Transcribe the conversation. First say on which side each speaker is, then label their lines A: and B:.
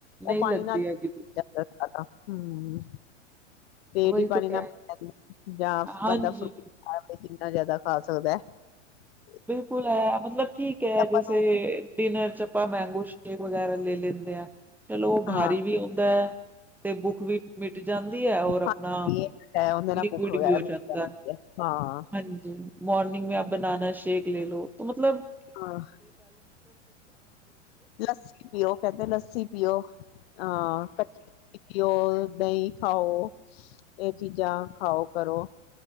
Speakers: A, on the left; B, in the centre.
A: ਉਹ
B: ਨਹੀਂ
A: ਪਾਣੀ
B: ਲੱਗਦੀ
A: ਨਾਲ
B: ਹੈਗੀ
A: ਹੈਨਾ ਹਮ ਪੇਟ
B: ਵਹੀ
A: ਹੀ ਪਾਣੀ
B: ਤਾਂ ਕਹਿ
A: ਨਾਲ ਪਰ ਜੰਦਾ ਯ
B: ਹਾਂਜੀ।
A: ਬਣਦਾ ਫਰੂਟ ਖਵੇ ਕਿੰਨਾ ਜ਼ਿਆਦਾ ਹਾਂ ਚਲਦਾ <inaudible>
B: ਬਿਲਕੁਲ ਹੈ ਮਤਲਬ ਠੀਕ ਹੈ
A: ਆਪਾਂ
B: ਜੈਸੇ
A: ਨੂੰ
B: ਡਿਨਰ ਚ ਅਪਾ ਮੰਗੋ ਸ਼ਕ ਵਗੈਰਾ ਲੈ ਲੈਂਦੇ ਆ ਚਲੋ ਬਾਰੀ
A: ਹਾਂ
B: ਵੀ ਆਉਂਦਾ ਹੈ ਤੇ ਬੁੱਖ ਵੀ ਮੀਟ ਜਾਂਦੀ ਹੈ ਔਰ ਆਪਣਾ
A: ਹਾਂਜੀ ਇਹ ਤਾਂ ਹੈ ਉਹਦੇ ਨਾਲ
B: ਲਿਕਵਿਦ
A: ਭੁੱਖ ਵਗੈਰਾ
B: ਵੀ ਹੋ
A: ਮਿਟ
B: ਜਾਂਦਾ
A: ਜਾਂਦੀ
B: ਹੈ।
A: ਹਾਂ।
B: ਹਾਂਜੀ ਮੋਰਨਿੰਗ ਮੈਂ ਬਨਾਨਾ ਸ਼ ਸ਼ਕੇ ਲੈ ਲੋ ਮਤਲਬ
A: ਹਾਂ ਲੱਸੀ ਪੀਓ, ਕਹਿੰਦੇ ਲੱਸੀ ਪੀਓ। ਹਾਂ ਕੱਚੀ ਲੱਸੀ ਪੀਓ। ਦਹੀਂ ਖਾਓ ਇਹ ਚੀਜ਼ਾਂ ਖਾਓ ਕਰੋ।